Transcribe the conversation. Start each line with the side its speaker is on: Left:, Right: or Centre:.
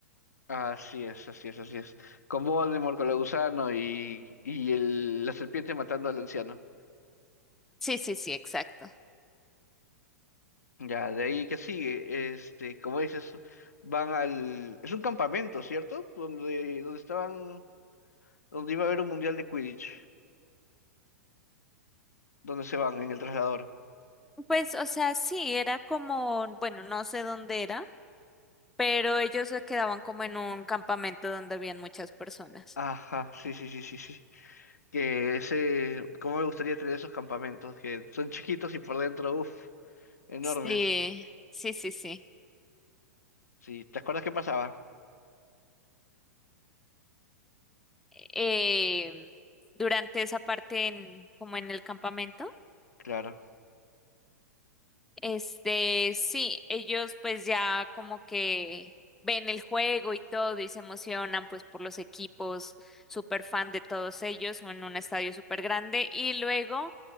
Left: Así es, así es, así es. Con Voldemort, con la gusano y, y el- la serpiente matando al anciano.
Centre: Sí, sí, sí, exacto.
Left: Ya, de ahí que sigue, este, como dices, van al... Es un campamento, ¿cierto? Donde, donde estaban, donde iba a haber un mundial de Quidditch, donde se van en el traslador.
Centre: Pues, o sea, sí, era como, bueno, no sé dónde era, pero ellos se quedaban como en un campamento donde habían muchas personas.
Left: Ajá, sí, sí, sí, sí, sí. Que ese, cómo me gustaría tener esos campamentos, que son chiquitos y por dentro, uff, enormes.
Centre: Sí, sí, sí, sí.
Left: Sí, ¿te acuerdas qué pasaba?
Centre: Eh, durante esa parte en, como en el campamento.
Left: Claro.
Centre: Este, sí, ellos pues ya como que ven el juego y todo y se emocionan pues por los equipos, súper fan de todos ellos en un estadio súper grande y luego,